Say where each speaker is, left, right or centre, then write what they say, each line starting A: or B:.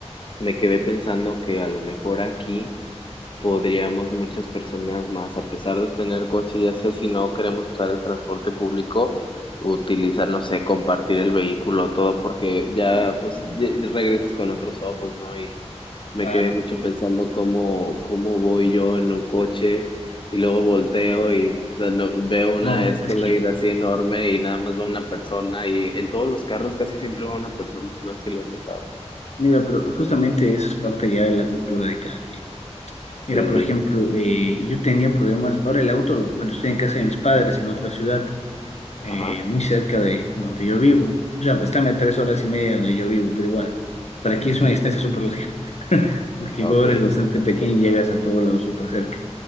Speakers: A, on the left; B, on the left.
A: Me quedé pensando que a lo mejor aquí podríamos muchas personas más, a pesar de tener coche, ya sea si no queremos usar el transporte público, utilizar, no sé, compartir el vehículo, todo, porque ya pues ya- ya regresas con otros ojos, ¿no? Y me
B: Claro.
A: quedé mucho pensando cómo, cómo voy yo en un coche y luego volteo y da- no- veo una
B: No,
A: Escalade
B: es que,
A: así enorme y nada más va una persona y en todos los carros casi siempre va una persona, no sé si lo has notado.
B: mira, pero justamente eso es parte ya de la cultura de cada quien. Mira,
A: Sí,
B: por ejemplo, eh, yo tenía problemas, ahora el auto, lo- bueno, estoy en casa de mis padres en otra ciudad, eh,
A: ajá,
B: muy cerca de donde yo vivo. O sea, pues, están a tres horas y media de donde yo vivo, pero igual, para aquí es una distancia súper larga, <laughs> porque
A: okay,
B: Ecuador es bastante pequeño y llegas a todo lado súper cerca.